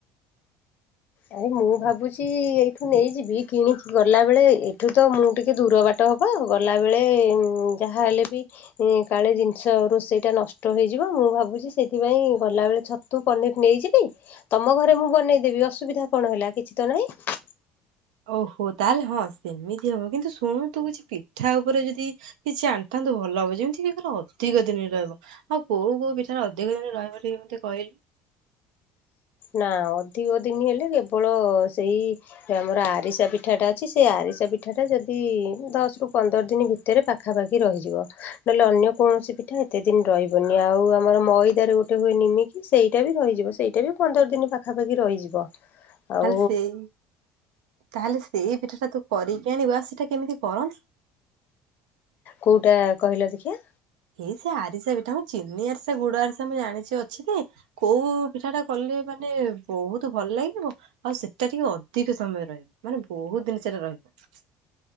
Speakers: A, on the left; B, on the right.
A: ଆରେ ମୁଁ ଭାବୁଛି ଏଇଠୁ ନେଇଯିବି କିଣିକି ଗଲା ବେଳେ ଏଠୁ ତ ମୁଁ ଟିକେ ଦୂର ବା ଟ ହବ ଗଲାବେଳେ ଉଁ ଯାହାହେଲେ ବି କାଳେ ଜିନିଷ ରୋଷେଇଟା ନଷ୍ଟ ହେଇଯିବ ମୁଁ ଭାବୁଛି ସେଥିପାଇଁ ଗଲାବେଳେ ଛ ତୁ ପନିର ନେଇଯିବି ତମ ଘରେ ମୁଁ ବନେଇଦେବି ଅସୁବିଧା କଣ ହେଲା କିଛି ତ ନାହିଁ।
B: ଓହୋ ତାହେଲେ ହଁ ସେମିତି ହବ କିନ୍ତୁ ଶୁଣୁ ତୁ କିଛି ପିଠା ଉପରେ ଯଦି କିଛି ଆଣିଥାନ୍ତୁ ଭଲ ହବ ଯେମିତି କି ପୁରା ଅଧିକ ଦିନ ରହିବ। ଆଉ କୋଉ କୋଉ ପିଠାରା ଅଧିକ ଦିନ ରହିବ ଟିକେ ମୋତେ କହିଲୁ?
A: ନା ଅ ଅଧିକ ଦିନ ହେଲେ କେବଳ ସେଇ ଆମର ଆରିସା ପିଠାଟା ଅଛି ସେ ଆରିସା ପି ପିଠାଟା ଯଦି ଦଶ ରୁ ପନ୍ଦର ଦିନ ଭିତରେ ପାଖାପାଖି ରହିଯିବ ନହେଲେ ଅନ୍ୟ କୌଣସି ପିଠା ଏତେ ଦିନ ରହିବନି ଆଉ ଆମର ମଇଦାରେ ଗୋଟେ ହୁଏ ନିମିକି ସେଇଟା ବି ରହିଯିବ ସେଇ ପନ୍ଦର ଦିନ ପାଖାପାଖି ରହିଯିବ। ଆଉ
B: ତାହେଲେ ସେଇ ତାହେଲେ ସେଇ ପିଠାଟା ତୁ କରିକି ଆଣିବା ସେଟା କେମିତି କରନ୍ତି?
A: କଉଟା କହିଲ ଦେଖିଆ?
B: ଏଇ ସେ ଆରିସା ପିଠା ମ ଚିନି ଆରିସା ଗୁଡ ଆରିସା ମୁଁ ଜାଣିଛି ଅଛି ଯେ କୋଉ ପିଠାଟା କଲେ ମାନେ ବହୁତ ଭଲ ଲାଗିବ। ଆଉ ସେଟା ଟିକେ ଅଧିକ ସମୟ ରହିବ ମାନେ ବହୁତ ଦିନ ସେଟା ରହିବ।